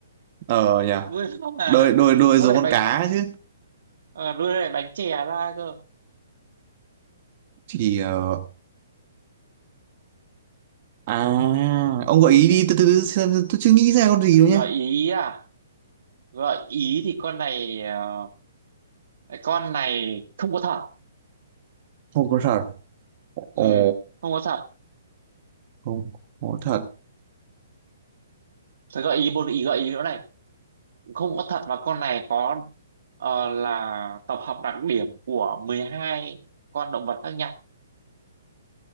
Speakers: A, on the right; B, on the right.
A: ờ nhỉ
B: đuôi nó là
A: đôi đôi đôi
B: nó
A: giống
B: lại
A: con
B: bánh
A: cá chứ
B: à, đuôi nó lại bánh chè ra cơ
A: thì ờ, à ông gợi ý đi từ từ từ xem tôi chưa nghĩ ra con gì đâu nhé
B: gợi ý à gợi ý thì con này ờ, cái con này không có thật
A: không có thật
B: Ừm,
A: ồ
B: không có thật
A: không có thật
B: Thế gợi ý một ý gợi ý nữa này không có thật và con này có ờ, là tập hợp đặc điểm của 12 con động vật khác nhau